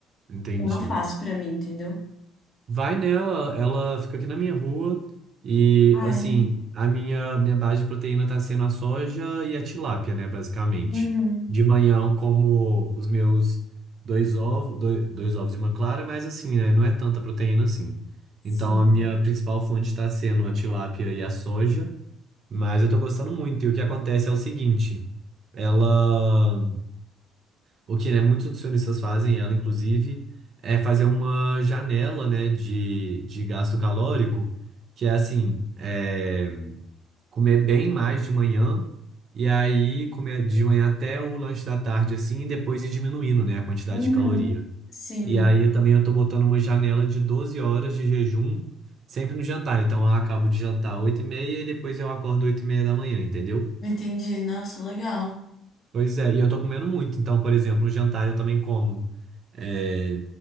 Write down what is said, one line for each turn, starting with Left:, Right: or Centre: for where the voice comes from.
Right: Entendi.
Left: Eu não faço pra mim, entendeu?
Right: Vai nela, ela fica aqui na minha rua e
Left: Ah,
Right: assim,
Left: é.
Right: a minha minha base de proteína tá sendo a soja e a tilápia, né, basicamente.
Left: Uhum.
Right: De manhã eu como os meus dois ovos, dois, dois ovos e uma clara, mas assim, né, não é tanta proteína assim.
Left: Sim.
Right: Então a minha principal fonte tá sendo a tilápia e a soja, mas eu tô gostando muito. E o que acontece é o seguinte, ela o que, né, muitos nutricionistas fazem, ela inclusive, é fazer uma janela, né, de, de gasto calórico, que é assim, é, comer bem mais de manhã, e aí comer de manhã até o lanche da tarde, assim, e depois ir diminuindo, né, a quantidade
Left: Uhum.
Right: de caloria.
Left: Sim.
Right: E aí também eu tô botando uma janela de 12 horas de jejum, sempre no jantar. Então eu acabo de jantar oito e meia, e depois eu acordo oito e meia da manhã, entendeu?
Left: Entendi. Nossa, legal.
Right: Pois é, e eu tô comendo muito. Então, por exemplo, o jantar eu também como é,